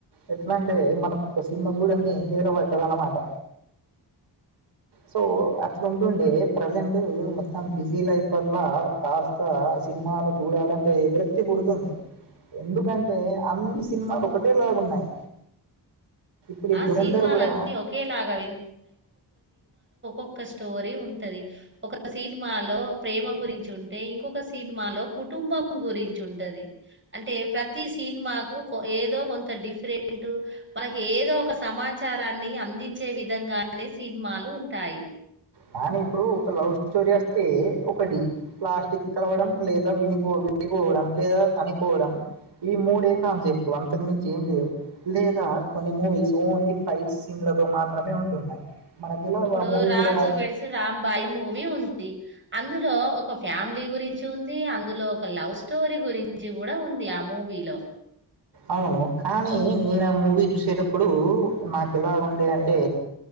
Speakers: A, on the right; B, on the right.
A: ఎట్లా అంటే మనకు ఒక సినిమా చూడంది నిద్రబట్టదు అన్నమాట సో అట్లా ఉంటుండే ప్రజెంట్ మొత్తం బిజీ లైఫ్ వల్ల కాస్త సినిమాలు చూడాలంటే విరక్తి పుడుతుంది ఎందుకంటే అన్ని సినిమాలు ఒకటేలాగున్నాయి ఇప్పుడు
B: ఆ
A: దురేంధర్
B: సినిమాలన్నీ
A: కూడా
B: ఒకేలాగా ఒక్కస్ స్టోరీ ఉంటది ఒక సినిమాలో ప్రేమ గురించి ఉంటే ఇంకొక సినిమాలో కుటుంబం గురించి ఉంటది అంటే ప్రతి సినిమాకు ఏదో కొంత డిఫ రెంటు మనకి ఏదో ఒక సమాచారాన్ని అందించే విధంగానే సినిమాలు ఉంటాయి
A: కానీ ఇప్పుడు ఒక లవ్ స్టోరీ వస్తే ఒకటి ప్లాస్టిక్ కలవడం లేదా వినిపో విడిపోవడం లేదా చనిపోవడం ఈ మూడే కాన్సెప్ట్లు అంతకు మించ ఏం లేవు లేదా కొన్ని మూవీస్ ఓన్లీ ఫైట్ సీన్లతో మాత్రమే ఉంటున్నాయి మనకిలా
B: ఇప్పుడు
A: మూవీస్
B: 'రాజు
A: కూడా
B: వెడ్స్ రాంబాయి మూవీ ఉంది అందులో ఒక ఫ్యామిలీ గురించి ఉంది అందులో ఒక లవ్ స్టోరీ గురించి కూడా ఉంది ఆ మూవీలో
A: అవును కానీ నేను ఆ మూవీ చూసేటప్పుడు నాకు ఇలాగ ఉండే అంటే